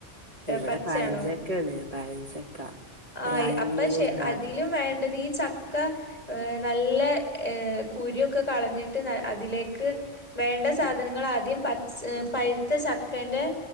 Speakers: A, on the right (about 30°); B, on the left (about 30°).
A: ഇവിടെ
B: പച്ചയാണോ
A: പഴഞ്ചകേണ് പഴഞ്ചക്ക ഒരലിഞ്ഞൂട
B: ആയി അപ്പഷ് അതിലും
A: അത്
B: വേണ്ടത് ഈ ചക്ക. ഏഹ് നല്ല ഏഹ് കുരുക്കെ കളഞ്ഞിട്ട് ന അതിലേക്ക് വേണ്ട സാധനങ്ങൾ
A: ഉം
B: ആദ്യം പച്ച പഴുത്ത ച്ചക്കെന്റെ